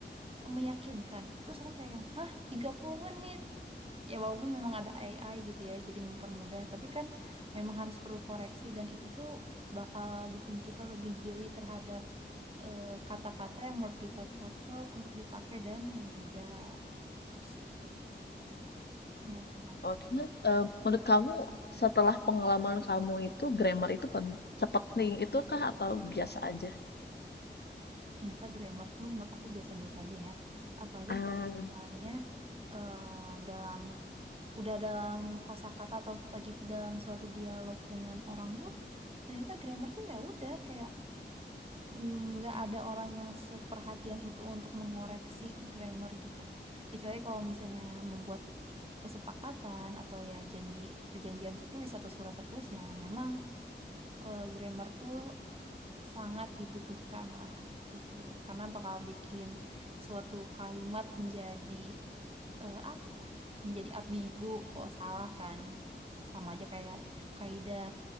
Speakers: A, on the right; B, on the left.
A: meyakinkan. Terus aku kayak yang, hah 30 menit? Ya walaupun memang ada AI gitu ya, jadi mempermudah. Tapi kan memang harus perlu koreksi dan itu tuh bakal bikin kita lebih jeli terhadap eh, kata-kata yang menurut kita cocok untuk dipakai dan yang tidak. Itu sih. Menarik, menarik.
B: Oh cuman, eee, menurut kamu setelah pengalaman kamu itu grammar itu pen sepenting itu kah atau biasa aja?
A: ternyata grammar tuh menurut aku biasa-biasa aja ya. Apalagi
B: Ah,
A: kalau misalnya eh, dalam udah dalam kosakata atau lagi dalam suatu dialog dengan orang tuh ternyata grammar tuh ya udah kayak mm, nggak ada orang yang seperhatian itu untuk mengoreksi grammar gitu. Kecuali kalau misalnya membuat kesepakatan atau ya janji perjanjian tertulis atau surat tertulis ya memang eh, grammar tuh sangat dibutuhkan lah gitu karena bakal bikin suatu kalimat menjadi eh, apa ya menjadi ambigu kok salah kan sama aja kayak kaidah